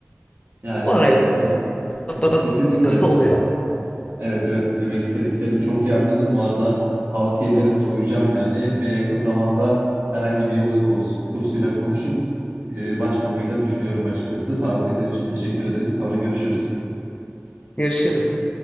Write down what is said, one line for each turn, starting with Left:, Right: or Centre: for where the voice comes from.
Right: Yani
Left: Oraya
Right: kes-
Left: bakası
Right: kesinlikle.
Left: oluyor.
Right: Evet evet demek istediklerini çok iyi anladım. Bu arada tavsiyelerine de uyacağım yani ve yakın zamanda herhangi bir yoga kursu, kursuyla konuşup e, başlamayı da düşünüyorum açıkçası. Tavsiyeler için teşekkür ederiz. Sonra görüşürüz.
Left: Görüşürüz.